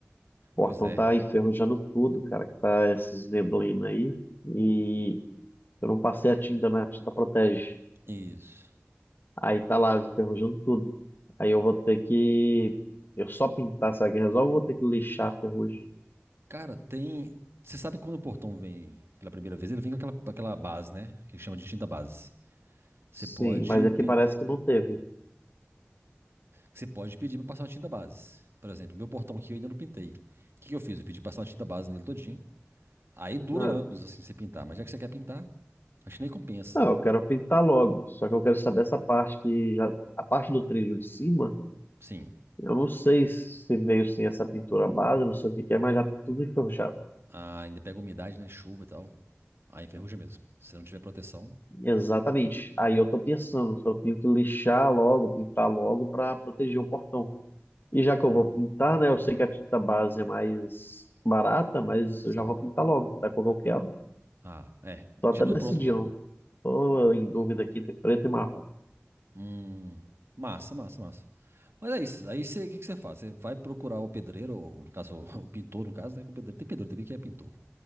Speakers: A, on the left; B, on the right.
A: Portão
B: Pois é,
A: tá enferrujando tudo, cara, que tá essas neblinas aí. E eu não passei a tinta na tinta protege.
B: isso.
A: Aí tá lá enferrujando tudo. Aí eu vou ter que. Eu só pintar, sabe quem resolve? Eu vou ter que lixar a ferrugem.
B: Cara, tem. Você sabe quando o Portão vem pela primeira vez, ele vem com aquela, aquela base, né? Que chama de tinta base. Você
A: Sim,
B: pode,
A: mas aqui
B: pe-
A: parece que não teve.
B: você pode pedir pra passar a tinta base. Por exemplo, meu portão aqui eu ainda não pintei. O que que eu fiz? Eu pedi passar a tinta base nele todinho. Aí dura
A: Ah,
B: anos assim você pintar, mas já que você quer pintar, acho que nem compensa.
A: não, eu quero pintar logo. Só que eu quero saber essa parte que já. A parte do trilho de cima,
B: Sim,
A: eu não sei se veio sem essa pintura base, não sei o que que é, mas já tá tudo enferrujado.
B: ah, ainda pega umidade, né? Chuva e tal. Aí enferruja mesmo. Se não tiver proteção,
A: Exatamente. Aí eu tô pensando, só tenho que lixar logo, pintar logo para proteger o portão. E já que eu vou pintar, né? Eu sei que a tinta base é mais barata, mas
B: sim.
A: eu já vou pintar logo, da cor que eu quero.
B: Ah, é. Deixa
A: Tô até
B: tudo
A: decidindo.
B: pronto logo.
A: Tô em dúvida aqui entre preto e marrom.
B: Hum, massa, massa, massa. Mas é isso. Aí você, o que que você faz? Você vai procurar o pedreiro, ou no caso, <laughs> o pintor, no caso, né? Que é o pedreiro, tem pedreiro também que é pintor.